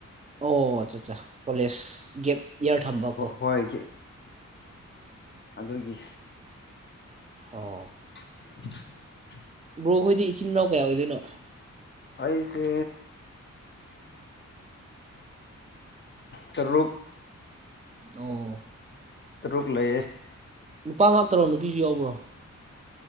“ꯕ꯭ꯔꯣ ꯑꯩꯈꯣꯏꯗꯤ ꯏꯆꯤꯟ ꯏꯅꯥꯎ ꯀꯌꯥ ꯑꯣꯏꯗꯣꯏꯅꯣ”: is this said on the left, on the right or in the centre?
Right